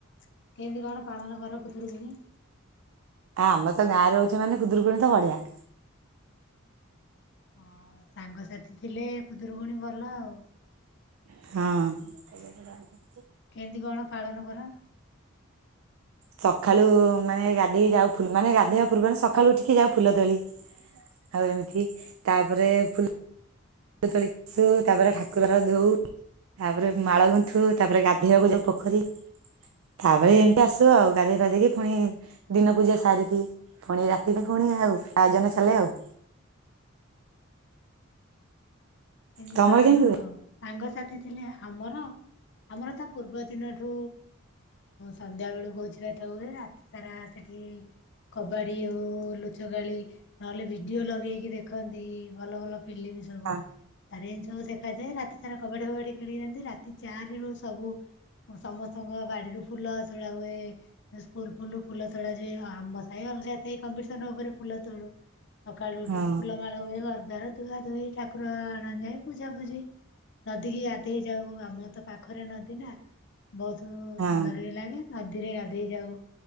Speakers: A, on the left; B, on the right.
A: କେଏଁତେ କଣ ପାଳନ କର ଖୁଦୁରୁକୁଣି!
B: ଆ ଆମେତ ଗାଁରେ ଅଛୁ ମାନେ ଖୁଦୁରୁକୁଣୀ ତ ବଡିଆ!
A: ହଁ ସାଙ୍ଗସାଥି ଥିଲେ ଖୁଦରୁକୁୁଣୀ ଭଲ ଆଉ!
B: ହଁ!
A: କେଏଁତି କଣ ପାଳନ କର!
B: ସକାଳୁ ମାନେ ଗାଧେଇ ଯାଉ ଫୁଲ୍ ମାନେ ଗାଧେଇବା ପୂର୍ବରୁ ସକାଳୁ ଉଠିକି ଯାଉ ଫୁଲ ତୋଳି! ଆଉ ଏମିତିକି କାଉପରେ ଫୁଲ୍ ଫୁଲ ତୋଳିକି ଆସୁ ତାପରେ ଠାକୁର ର ଧୋଉ! ତାପରେ ମାଳ ଗୁନ୍ଥୁ ତାପରେ ଗାଧେଇବାକୁ ଯାଉ ପୋଖରୀ! ଥାପରେ ଏମିତି ଆସୁ ଆଉ ଗାଧେଇ ପାଧେଇକି ପୁଣି ଦିନ ପୂଜା ସାରିକି ପୁଣି ରାତି ପୁଣି ଆଉ ଆୟୋଜନ ଚାଲେ ଆଉ!
A: କେମତି
B: ତମର
A: ଛଡା
B: କେମିତି
A: ହବ
B: ହୁଏ?
A: ଆଉ ସାଙ୍ଗସାଥି ଥିଲେ ଆମର ଆମର ତା ପୂର୍ବଦିନଠୁ ସନ୍ଧ୍ୟା ବେଳୁ ଭୋଜିଭାତ ହୁଏ ରାତି ସାରା ସେଠି କବାଡ଼ି ଓ ଲୁଚ କାଳି ନହେଲେ ଭିଡିଓ ଲଗେଇକି ଦେଖନ୍ତି ଭଲ ଭଲ ଫିଲ୍ମ ସବୁ।
B: ହଁ
A: ତାର ଏମତି ସବୁ ଦେଖାଯାଏ ରାତି ସାରା କବାଡି ଫବାଡି ଖେଳିନ୍ତି ରାତି ଚାରି ରୁ ସବୁ ମ ସମସ୍ତଙ୍କ ବାଡ଼ିରୁ ଫୁଲ ତୋଳା ହୁଏ। ସ୍କୁଲ ଫୁଲୁରୁ ଫୁଲ ତୋଳା ଯାଏ ଆଉ ଆମ ସାଇ ଅଲଗା ସାଇ କମ୍ପଟିସନ ଉପରେ ଫୁଲ ତୋଳୁ। ସକାଳୁ ଉଠିକି
B: ହଁ
A: ଫୁଲମାଳ ହୁଏ ଘର ଦ୍ବାର ଧୁଆ ଧୋଇ ଠାକୁର ଆଣ ଯାଏ ପୂଜାପୁଝି ନଦୀ କିି ଗାଧେଇ ଯାଉ ଆମ ତ ପାଖରେ ନଦୀ ନା। ବହୁତ
B: ହଁ
A: ସୁନ୍ଦର ବି ଲାଗେ ନଦୀରେ ଗାଧେଇ ଯାଉ